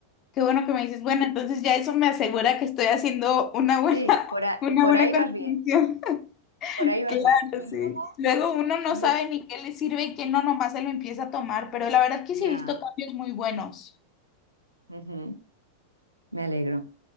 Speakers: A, on the left; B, on the right.
A: Qué bueno que me dices, bueno, entonces ya eso me asegura que estoy haciendo una buena,
B: Sí,
A: <laughs>
B: Por, a-
A: una
B: por
A: buena
B: ahí
A: contribución.
B: vas bien,
A: <laughs>
B: por ahí vas
A: Claro,
B: bien. Y
A: sí.
B: luego,
A: Luego uno no
B: yo-
A: sabe ni qué le sirve y qué no, nomás se lo empieza a tomar, pero la verdad que sí
B: ya.
A: he visto cambios muy buenos.
B: Ujú, me alegro.